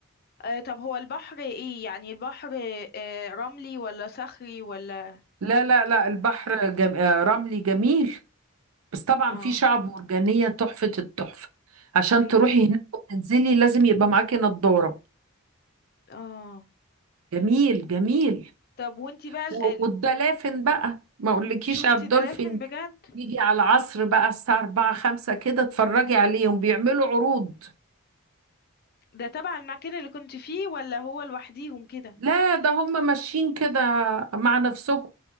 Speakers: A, on the left; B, on the right.
A: آه طب هو البحر ايه يعني البحر آه رملي ولا صخري ولا
B: لا لا لا البحر جم... آه، رملي جميل بس طبعا
A: اه
B: في شعب مرجانية تحفة التحفة عشان
A: بجد
B: تروحي هناك وتنزلي لازم يبقى معاكي نضارة
A: اه
B: جميل جميل
A: طب وانتي بقى ال...
B: و...
A: ال-
B: والدلافين بقى ما اقولكيش
A: شفتي
B: على الدولفين
A: دلافين بجد
B: يجي على العصر بقى الساعة 4 5 كده اتفرجي عليهم بيعملوا عروض
A: ده تبع المكان اللي كنت فيه ولا هو لوحديهم كده
B: لا ده هم ماشيين كده مع نفسهم